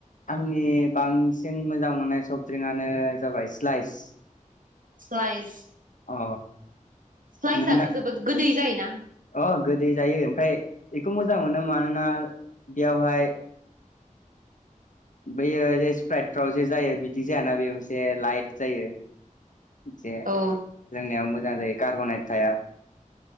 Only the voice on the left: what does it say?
आंनि बांसिन मोजां मोननाय सफ्ट ड्रिंकनो जाबाय स्लाइस।
अ।
नोंना
अ गोदै जायो ओमफाय बेखौ मोजां मोनो मानोना बेयावहाय बैयो जे स्प्राइट फाव जे जायो बिदि जायाना बेयो मोनसे लाइट जायो जे
लोंनायाव मोजां जायो कार्ब'नेद थाया